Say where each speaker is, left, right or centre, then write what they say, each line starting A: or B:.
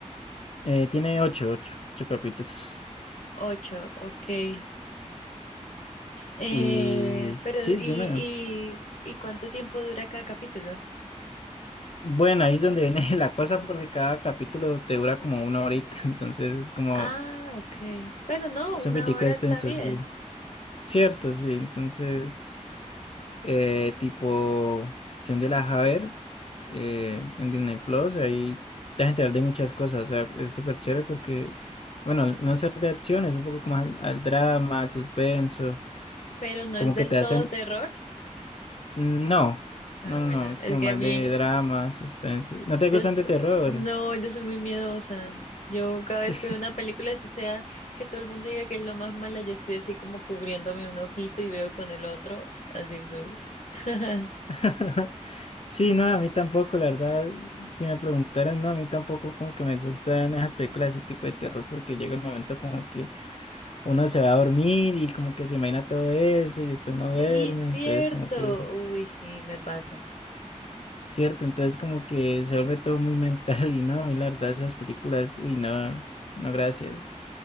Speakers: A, on the left; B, on the left.
A: Eh, tiene ocho, ocho, ocho capítulos.
B: Ocho, ok. Eh,
A: Y
B: pero,
A: sí,
B: ¿y,
A: dime.
B: y, y cuánto tiempo dura cada capítulo?
A: Bueno, ahí es donde viene <laughs> la cosa porque cada capítulo te dura como una horita, <laughs> entonces es como,
B: Ah, ok. Bueno, no, una
A: es un poquitico
B: hora
A: extenso,
B: está bien,
A: sí. Cierto, sí. Entonces, eh, tipo, si un día la vas a ver eh, en Disney Plus, ahí te vas a enterar de muchas cosas, o sea, es súper chévere porque, bueno, no es ser de acción, es un poco como al, al drama, al suspenso,
B: pero no
A: como
B: es del
A: que te
B: todo
A: hacen
B: terror.
A: Mm, No,
B: Ah,
A: no, no,
B: bueno,
A: no, es
B: es
A: como
B: que
A: más
B: a mí,
A: de drama, suspenso. ¿No te
B: yo,
A: gustan
B: so-
A: de terror?
B: no, yo soy muy miedosa. Yo cada
A: Sí.
B: vez que veo una película, así sea que todo el mundo diga que es lo más mala, yo estoy así como cubriéndome un ojito y veo con el otro, así soy. <laughs>
A: <laughs> Sí, no, a mí tampoco, la verdad, si me preguntaran, no, a mí tampoco como que me gustan esas películas y tipo de terror porque llega el momento como que uno se va a dormir y como que se imagina todo eso y después no duerme,
B: Sí, cierto.
A: entonces como que,
B: Uy, sí, me pasa.
A: cierto, entonces como que se vuelve todo muy <laughs> mental y no, a mí la verdad esas películas, uy, no, no, gracias.